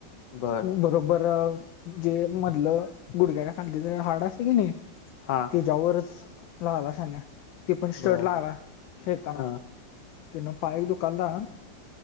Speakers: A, on the left; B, on the left.
A: बर
B: बरोबर- - जे मधलं गुडग्याला खाल्ली हाड असतयं कनी --
A: हा
B: तेज्यावरचं -- <unintelligible> <unintelligible> <unintelligible>
A: बर हा